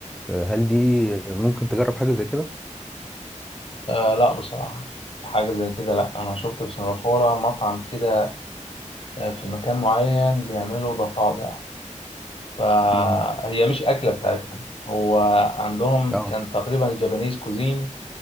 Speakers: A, in the centre; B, on the left.
A: آه، هل دي ممكن تجرب حاجة زي كده؟
B: آه لا بصراحة حاجة زي كده لا أنا شفت في سنغافورة مطعم كده آه، في مكان معين بيعملوا ضفادع فهي
A: مم.
B: مش أكلة بتاعتهم هو عندهم
A: اه
B: كان تقريبا الجابانيز كوزين